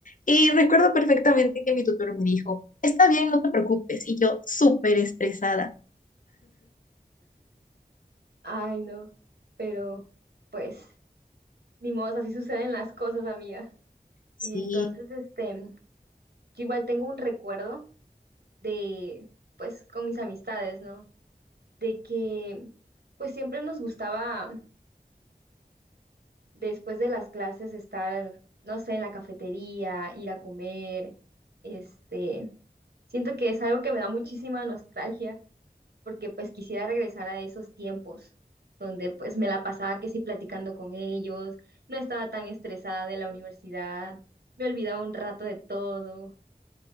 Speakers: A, on the left; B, on the right.
A: Y recuerdo perfectamente que mi tutor me dijo, está bien, no te preocupes. Y yo súper estresada.
B: Ay, no, pero pues ni modo, así suceden las cosas, amiga.
A: Sí,
B: Entonces, este, yo igual tengo un recuerdo de, pues, con mis amistades, ¿no? De que, pues, siempre nos gustaba después de las clases estar, no sé, en la cafetería, ir a comer, este, siento que es algo que me da muchísima nostalgia porque pues quisiera regresar a esos tiempos donde pues me la pasaba que sí platicando con ellos, no estaba tan estresada de la universidad, me olvidaba un rato de todo.